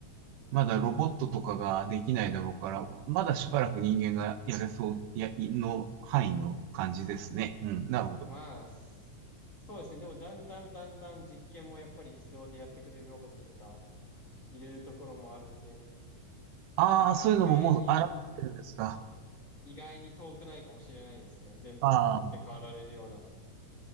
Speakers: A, on the right; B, on the left.
A: まだロボットとかができないだろうから、まだしばらく人間がやれそう、や、の範囲の感じですね。うん、なるほど。
B: まあ、すそうですね。でもだんだんだんだん実験もやっぱり自動でやってくれるロボットとかいるところもあるんで、
A: ああ、そういうのももう現れてるんですか。
B: 意外に、意外に遠くないかもしれないですね。全部取って代わられるような。
A: ああ。